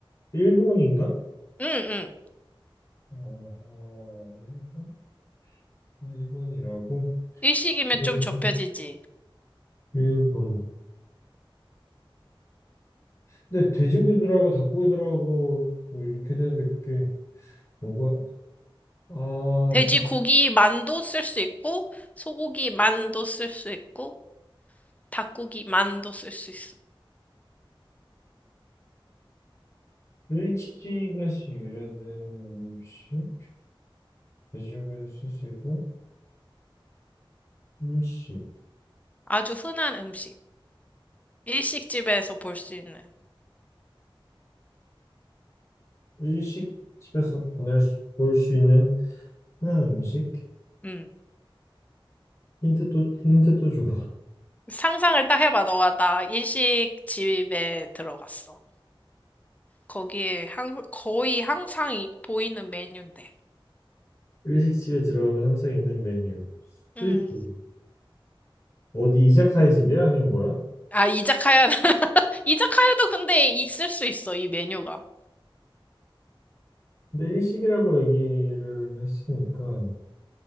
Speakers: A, on the left (about 35°); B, on the left (about 15°).
A: 일본인가?
B: 응응.
A: 어, 일본? 일본이라고?
B: 일식이면
A: 음.
B: 좀 좁혀지지.
A: 일본. 근데 돼지고기 들어가고 닭고기 들어가고 뭐 이렇게 되는데 그게 뭐가, 아,
B: 돼지고기
A: 참.
B: 만도 쓸 수 있고, 소고기 만도 쓸 수 있고, 닭고기 만도 쓸 수 있어.
A: 일식에서 유래된 음식? 돼지고기를 쓸수 있고, 일식.
B: 아주 흔한 음식. 일식집에서 볼 수 있는.
A: 일식 집에서 보낼 수, 볼 수 있는 흔한 음식?
B: 음.
A: 힌트 또, 힌트 또 줘.
B: 상상을 딱 해봐. 너가 나 일식집에 들어갔어. 거기에 항, 거의 항상 이- 보이는 메뉴인데.
A: 일식집에 들어가면 항상 있는 메뉴.
B: 음.
A: 스시지. 어디 이자카야 집이야? 아니면 뭐야?
B: 아, 이자카야. <laughs> 이자카야도 근데 있을 수 있어, 이 메뉴가.
A: 근데 일식이라고 얘기를 했으니까